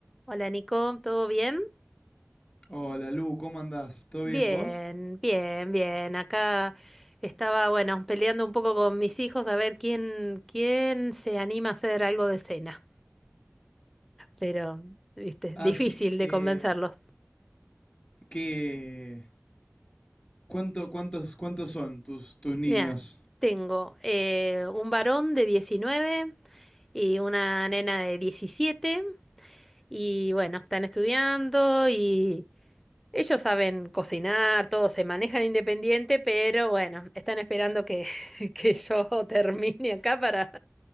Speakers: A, in the centre; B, on the left.
A: Hola Nico, ¿todo bien?
B: Hola Lu, ¿cómo andás? ¿Todo
A: Bien,
B: bien vos?
A: bien, bien. Acá estaba, bueno, peleando un poco con mis hijos a ver quién, quién se anima a hacer algo de cena. Pero, viste,
B: Ah,
A: difícil
B: sí, eh,
A: de convencerlos.
B: ¿qué, cuánto, cuántos, cuántos son tus, tus niños?
A: Mira, tengo eh, un varón de 19 y una nena de 17 y bueno, están estudiando y... Ellos saben cocinar, todos se manejan independiente, pero bueno, están esperando que, <laughs> que yo termine acá para,